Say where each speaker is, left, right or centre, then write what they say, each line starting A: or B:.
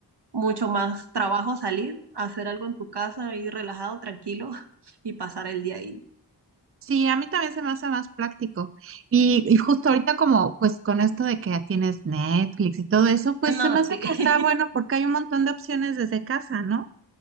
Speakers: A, on the right; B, on the right.
A: mucho más trabajo salir, hacer algo en tu casa, ir relajado, tranquilo <laughs> y pasar el día ahí.
B: Sí, a mí también se me hace más práctico. Y, y justo ahorita como pues con esto de que ya tienes Netflix y todo eso, pues
A: No,
B: se me hace
A: sí.
B: que está bueno porque hay un montón de opciones desde casa, ¿no?